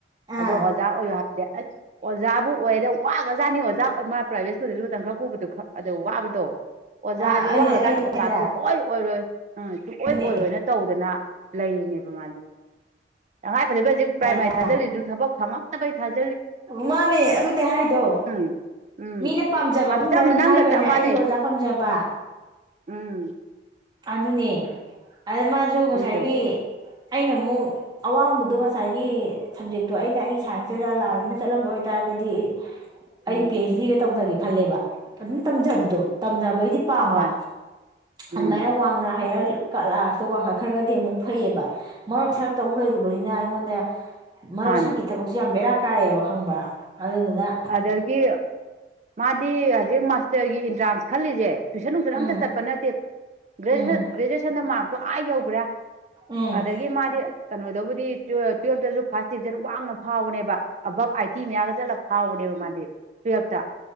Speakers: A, on the right; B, on the right.
A: ꯑꯥ
B: ꯑꯗꯣ ꯑꯣꯖꯥ ꯑꯣꯏꯌꯣ ꯍꯥꯏꯗꯤ ꯑꯁ ꯑꯣꯖꯥꯕꯨ ꯑꯣꯏꯔ ꯋꯥꯒꯖꯥꯠꯅꯤ ꯑꯣꯥ ꯃꯥ ꯄ꯭ꯔꯥꯏꯕꯦꯠ ꯁ꯭ꯀꯨꯜꯗꯕꯨ ꯃꯇꯝꯪ ꯈꯔ ꯄꯨꯕꯗꯣ ꯑ ꯋꯥꯕꯗꯣ ꯑꯣꯖꯥꯥꯁꯦ
A: ꯑꯥ
B: ꯋꯥꯈꯖꯥꯠꯅꯤ
A: ꯑꯩ ꯑꯩꯅ
B: ꯑꯣꯖꯥꯁꯨ
A: ꯍꯥꯏꯗ꯭ꯔꯥ
B: ꯍ ꯑꯣꯏꯣꯏꯔ ꯍꯣꯏ ꯎꯝ ꯁꯨꯡꯛꯑꯣꯏ
A: ꯑꯗꯨꯅꯦ
B: ꯑꯣꯏꯔꯣꯏꯅ ꯇꯧꯗꯅ ꯂꯩꯔꯤꯅꯦꯕ ꯃꯥꯗꯤ ꯇꯉꯥꯏ ꯐꯗꯕ ꯍꯧꯖꯤꯛ ꯄ꯭ꯔꯥꯏꯃꯥꯔꯤ
A: ꯍꯥꯏꯗ꯭ꯔꯥ
B: ꯊꯥꯖꯤꯜꯂꯤꯁꯨ ꯊꯕꯛ ꯐꯪꯉ ꯩ ꯊꯖꯦ <unintelligible>
A: ꯃꯥꯅꯦ ꯑꯗꯨꯅꯦ ꯍꯥꯏꯗꯣ
B: ꯎꯝ ꯎꯝ
A: ꯃꯤꯅ ꯄꯥꯝꯖꯕ
B: ꯃꯥꯅꯤ
A: ꯃꯨꯝꯗꯥꯏ
B: ꯆꯞ
A: ꯃꯁꯥꯒꯤ
B: ꯅꯪꯒ
A: ꯑꯣꯏꯅ
B: ꯆꯞ
A: ꯑꯩꯒꯤ
B: ꯃꯥꯟꯅꯩ
A: ꯑꯣꯖꯥ ꯄꯥꯝꯖꯕ
B: ꯎꯝ
A: ꯑꯗꯨꯅꯦ ꯑꯗ ꯃꯥꯁꯨ ꯉꯁꯥꯏꯒꯤ
B: ꯌꯦꯡꯉꯨ
A: ꯑꯩꯅ ꯑꯃꯨꯛ ꯑꯋꯥꯡꯕꯗꯣ ꯉꯁꯥꯏꯒꯤ ꯁꯕꯖꯦꯛꯇꯣ ꯑꯩꯅ ꯑꯩ ꯁꯥꯏꯟꯁꯇꯨꯗ ꯂꯥꯏꯗ ꯆꯠꯂꯝꯕ ꯑꯣꯏꯇꯥꯔꯒꯗꯤ
B: ꯎꯝ
A: ꯑꯩ ꯄꯤ ꯑꯩꯩꯆ ꯗꯤꯒ ꯇꯧꯖꯒꯦ ꯈꯜꯂꯦꯕ ꯐꯖꯅ ꯇꯝꯖꯕꯗꯣ ꯇꯝ ꯩꯗꯤꯄꯥꯝꯕ
B: ꯍꯣꯏ
A: ꯑꯗꯨꯃꯥꯏꯅ
B: ꯎꯝ
A: ꯋꯥꯡꯅ ꯍꯥꯏꯔꯒ ꯀꯂꯥꯥꯁꯇ ꯋꯥꯡꯈꯠꯈ꯭ꯔꯒꯗꯤ ꯑꯃꯨꯛ ꯐꯩꯌꯦꯕ ꯃꯔꯛ ꯁꯛꯇ ꯑꯃꯨꯛ ꯂꯩꯔꯨꯕꯅꯤꯅ ꯑꯩꯉꯣꯟꯗ ꯃꯔꯛ
B: ꯃꯥꯅꯦ
A: ꯁꯛꯀꯤ ꯊꯕꯛꯁꯦ ꯌꯥꯝꯕꯤꯦꯔꯛ ꯀꯥꯏꯑꯕ ꯈꯪꯕ ꯑꯗꯨ ꯑꯗꯨꯗ
B: ꯑꯗꯒꯤ ꯃꯥꯗꯤ ꯍꯧꯖꯤꯛ ꯃꯥꯁꯇꯔꯒꯤ ꯑꯦꯟꯇ꯭ꯔꯥꯟꯁ ꯈꯜꯂꯤꯁꯦ ꯇꯨꯏꯁꯟ ꯅꯨꯡꯁꯟ ꯑꯝꯇ
A: ꯎꯝ
B: ꯆꯠꯄ ꯅꯠꯇꯦ ꯭ꯔꯦꯟ
A: ꯎꯝ
B: ꯒ꯭ꯔꯦꯖꯨꯋꯌꯦꯁꯟꯗ ꯃꯥ ꯣ ꯍꯥꯏꯦ ꯌꯕ꯭ꯔꯥ
A: ꯎꯝ
B: ꯑꯗꯒꯤ ꯃꯥꯗꯤ ꯀꯩꯅꯣꯗꯕꯨꯗꯤ ꯇꯨꯋꯦꯜꯞꯇꯁꯨ ꯐꯥꯔꯁ ꯗꯤꯕꯤꯖꯟ ꯋꯥꯡꯅ ꯐꯥꯎꯕꯅꯦꯕ ꯑꯕꯞ ꯍ ꯃꯌꯥꯝꯒ ꯆꯂ ꯐꯥꯎꯕꯅꯦꯕ ꯃꯥꯗꯤ ꯇꯨꯋꯇ